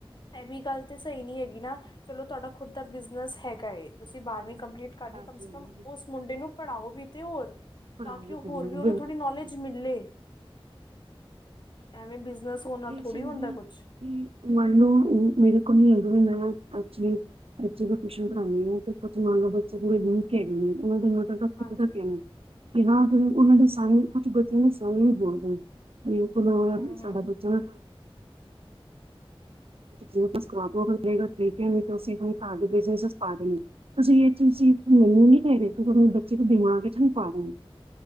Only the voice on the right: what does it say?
ਹਾਂਜੀ
ੁ
ਹ ਹ
ਅ
ਮੰਨ ਲਓ ਮੇਰੇ ਕੋਲ ਹੀ ਅਗ ਹਦਾ ਐਕਚੁਲੀ ਟਿਊਸ਼ਨ ਪੜਾਉਂ ਮੰਨ ਲਓ ਬੱਚੇ ਪੂੂੰਹ ਕੇ ਉਹ ਦੱਸ ਤੇ
ਹਟੀਆ ਨੂੰ ਬਿਨਾਂ ਕੋ ਉਹਨਾਂ ਦੇ ਸਣੇ ਕੁ ਬਤੀ ਦੇ ਸਮ ਬੋਲਦਾ ਇਹਲ
ਸਾਡਾ
ਬੱਚਾ ਜਿਵੇਂਸਰਾ ਕੇ ਆਦੇ ਤੁਸੀਂ ਤੁਹਾਨੂੰ ਘਰ ਦੇ ਸਸ ਪਾ ਦੇਣੇ ਤੁਸੀਂ ਇਹ ਤੁਸੀਂ ਮੰੈਨੂੰ ਨੀ ਕਹਿ ਰਹੇ ਤਹਾਨੂੰ ਬੱਚੇ ਦੇ ਦਿਮਾਗ ਚ ਹਾਨੂੰ ਪਾ ਦੇਣਾ